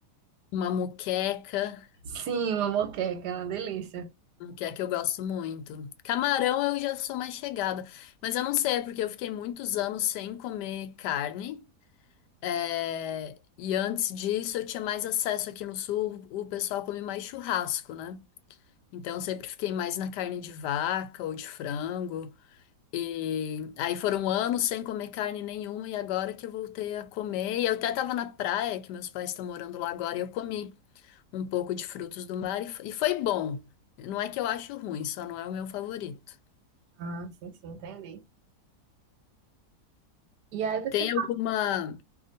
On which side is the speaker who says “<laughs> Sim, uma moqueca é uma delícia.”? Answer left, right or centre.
Right